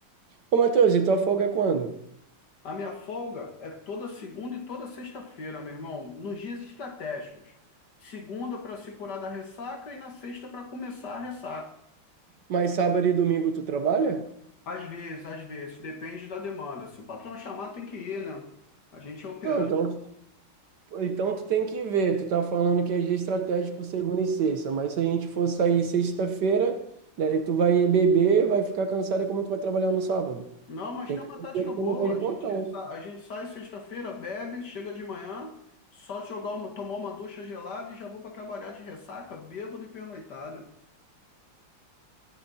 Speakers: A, on the right; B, on the left.
A: Ô, Matheus, e tua folga é quando?
B: A minha folga é toda segunda e toda sexta-feira, meu irmão, nos dias estratégicos. Segunda para se curar da ressaca e na sexta para começar a ressaca.
A: Mas sábado e domingo tu trabalha?
B: Às vezes, às vezes, depende da demanda. Se o patrão chamar, tem que ir, né? A gente é operário
A: Não, então, então tu tem que ver. Tu tá falando que é dia estratégico segunda e sexta, mas se a gente for sair sexta-feira, daí tu vai beber, vai ficar cansado, é como tu vai trabalhar no sábado.
B: Não, mas
A: Tem
B: tem
A: que
B: uma tática
A: ver que
B: boa.
A: tu não pode
B: A gente,
A: contar. né?
B: sa- a gente sai sexta-feira, bebe, chega de manhã, só jogar uma, tomar uma ducha gelada e já vou para trabalhar de ressaca, bêbado e pernoitado.